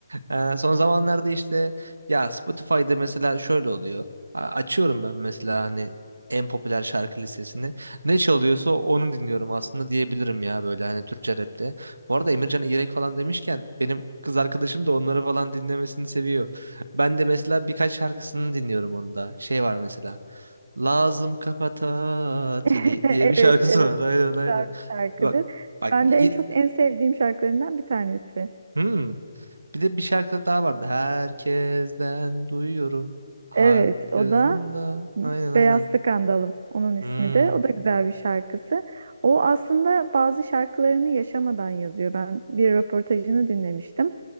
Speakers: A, on the right; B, on the right.
A: E, son zamanlarda işte ya Spotify'da mesela şöyle oluyor. A- Açıyorum ben mesela hani en popüler şarkı listesini. Ne çalıyorsa onu dinliyorum aslında diyebilirim ya böyle hani Türkçe rapte. Bu arada Emircan İrek falan demişken benim kız arkadaşım da onları falan dinlemesini seviyor. Ben de mesela birkaç şarkısını dinliyorum onda. Şey var mesela. Lazım kafa tatili
B: <laughs>
A: diye
B: Evet,
A: bir şarkısı
B: evet.
A: var. Aynen aynen.
B: güzel bir şarkıdır.
A: Bak bak
B: Ben
A: y-
B: de en çok en sevdiğim şarkılarından bir tanesi.
A: hmm. Bir de bir şarkı daha vardı. Herkesten duyuyorum hakkında.
B: Evet, o da
A: Aynen aynen.
B: Beyaz Skandalım onun ismi
A: Hmm.
B: de. O da güzel bir şarkısı. O aslında bazı şarkılarını yaşamadan yazıyor. Ben bir röportajını dinlemiştim.